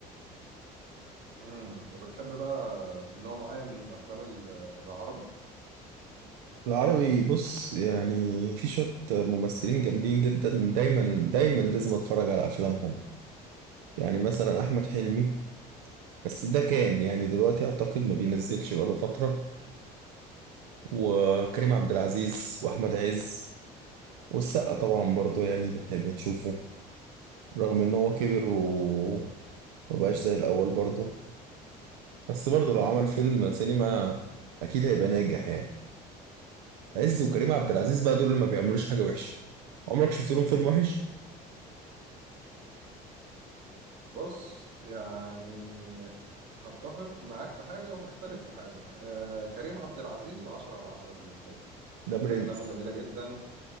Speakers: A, on the right; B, on the right.
A: امم وبتحب بقى نوع معين من الافلام ال- العربي
B: العربي بص يعني في شوية ممثلين جامدين جدا دايما دايما لازم اتفرج على افلامهم يعني مثلا احمد حلمي بس ده كان يعني دلوقتي اعتقد ما بينزلش بقاله فترة وكريم عبد العزيز واحمد عز والسقا طبعا برضو يعني بنحب نشوفه رغم ان هو كبر ومبقاش زي الاول برضو بس برضو لو عمل فيلم سينما اكيد هيبقى ناجح يعني عز وكريم عبد العزيز بقى دول اللي ما بيعملوش حاجة وحشة عمرك شفت لهم فيلم وحش؟
A: بص يعني هتفق معاك في حاجة وهختلف في حاجة آه كريم عبد العزيز 10 على 10 بالنسبة لي
B: ده برنس
A: أفلامه جميلة جدا